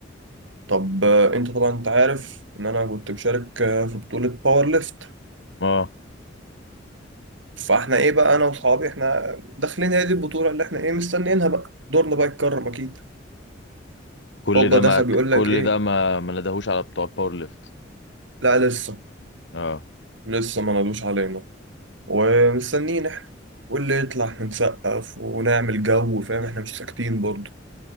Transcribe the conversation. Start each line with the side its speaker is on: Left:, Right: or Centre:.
Right: طب آه، انت طبعا انت عارف ان انا كنت مشارك آه، في بطولة باور ليفت
Left: اه
Right: فاحنا ايه بقى انا واصحابي احنا داخلين هي دي البطوله اللي احنا ايه مستنيينها بقى دورنا بقى يتكرم اكيد
Left: كل
Right: هوبا
Left: ده ما
Right: دخل بيقول
Left: كل
Right: لك ايه
Left: ده ما ما ندهوش على بتوع الباور ليفت
Right: لا لسه
Left: اه
Right: لسه ما نادوش علينا ومستنيين احنا واللي يطلع احنا نسقف ونعمل جو فاهم احنا مش ساكتين برضه